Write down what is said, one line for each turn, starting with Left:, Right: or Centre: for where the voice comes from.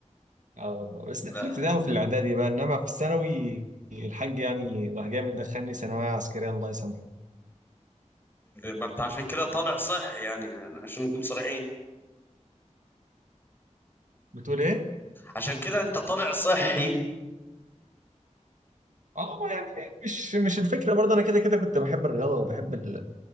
Right: اه والله بس
Left: لا
Right: ده في الابتدائي وفي الاعدادي بقى انما في الثانوي الحاج يعني راح جاي مدخلني ثانويه عسكريه الله يسامحه
Left: ما انت عشان كده طالع صحي يعني عشان نكون صريحين
Right: بتقول ايه؟
Left: عشان كده انت طالع صحي
Right: اه يعني مش مش الفكره برضه انا كده كده كنت بحب الرياضه وبحب ال...